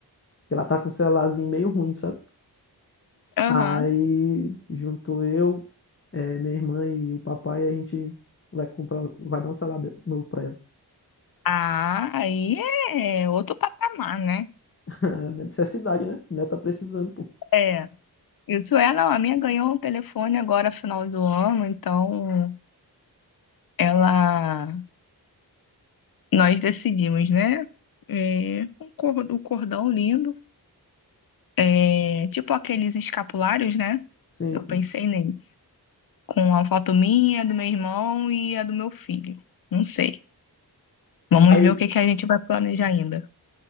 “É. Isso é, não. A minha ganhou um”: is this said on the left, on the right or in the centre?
Left